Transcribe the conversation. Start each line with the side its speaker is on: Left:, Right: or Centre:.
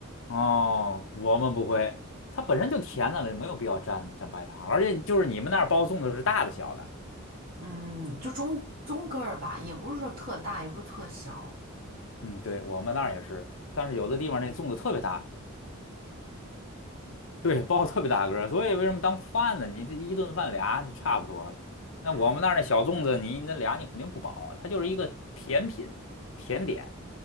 Left: 哦，我们不会，它本身就甜的了，没有必要蘸蘸白糖。而且就是你们那儿包粽子是大的小的，
Right: 嗯，就中中个儿吧，也不是说特大，也不是特小。
Left: 嗯，对，我们那儿也是，但是有的地方那粽子特别大，<laughs> 对，包特别大个儿，所以为什么当饭呢？你这一顿饭俩就差不多了。那我们那儿那小粽子，
Right: 哎，
Left: 你那俩你肯定不饱啊，它就是一个甜品、甜点，